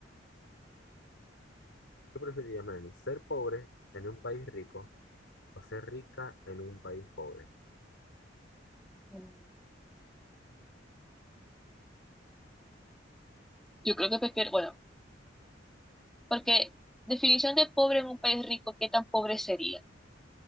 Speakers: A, on the left; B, in the centre.
A: ¿Qué preferirías, Melanie? ¿Ser pobre en un país rico o ser rica en un país pobre?
B: mm, Yo creo que prefiero, bueno, porque definición de pobre en un país rico, ¿qué tan pobre sería?